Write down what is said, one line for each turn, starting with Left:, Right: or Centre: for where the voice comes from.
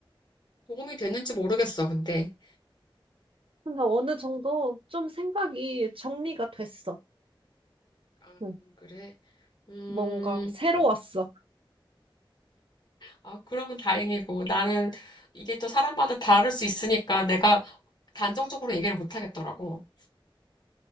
Left: 도움이 됐는지 모르겠어, 근데.
Right: 근데 어느 정도 좀 생각이 정리가 됐어.
Left: 아,
Right: 응.
Left: 그래. 음,
Right: 뭔가 새로웠어.
Left: 어, 아, 그러면 다행이고. 나는 이게 또 사람마다 다를 수 있으니까 내가 단정적으로 얘기를 못 하겠더라고.